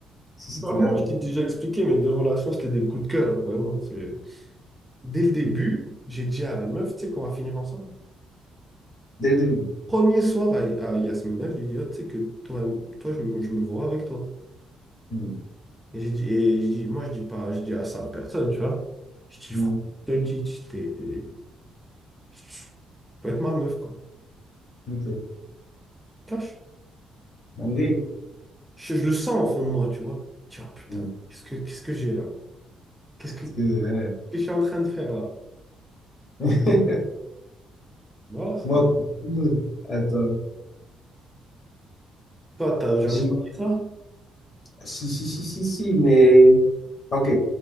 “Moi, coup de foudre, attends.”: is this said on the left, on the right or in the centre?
Left